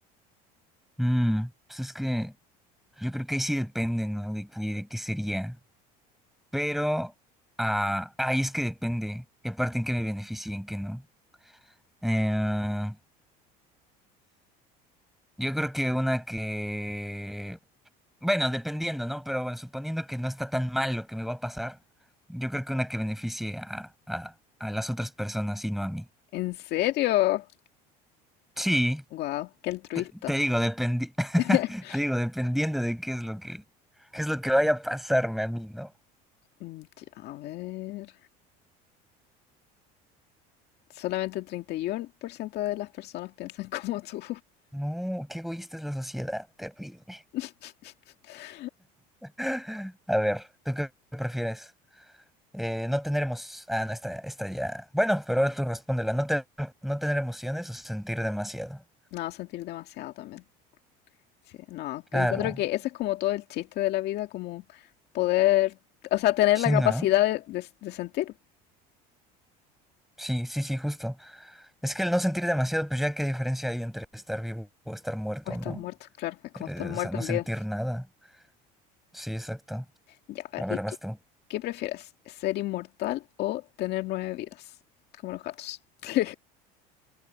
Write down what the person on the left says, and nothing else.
¿En serio?
¡Wow! ¡Qué altruista!
<laughs>
Mm, ya, A ver. solamente el 31% de las personas piensan como tú.
<laughs>
No, sentir demasiado también. Sí, no,
encuentro que ese es como todo el chiste de la vida, como poder, o sea, tener
la
capacidad de, de- de sentir.
O estar
muerto, claro, es
como estar muerto
en
vida.
Ya, a
ver,
¿y tú
qué prefieres? ¿Ser inmortal o tener nueve vidas? Como los gatos. <laughs>